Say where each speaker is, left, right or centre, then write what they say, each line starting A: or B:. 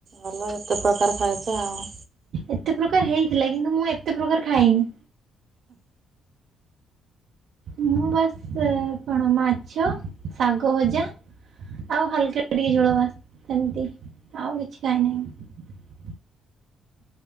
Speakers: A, on the right (about 40°); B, on the right (about 70°).
A: ଭଲ ଏତେ ପ୍ରକାର ଖାଇଛ ଆଉ।
B: ଏତେ ପ୍ରକାର ହେଇଥିଲା କିନ୍ତୁ ମୁଁ ଏତେ ପ୍ରକାର ଖାଇନି। ମୁଁ ବାସ୍ କଣ ମାଛ, ଶାଗ ଭଜା, ଆଉ ହାଲକା ଟିକେ ଝୋଳବାସ ସେମିତି ଆଉ କିଛି ଖାଇ ନାହିଁ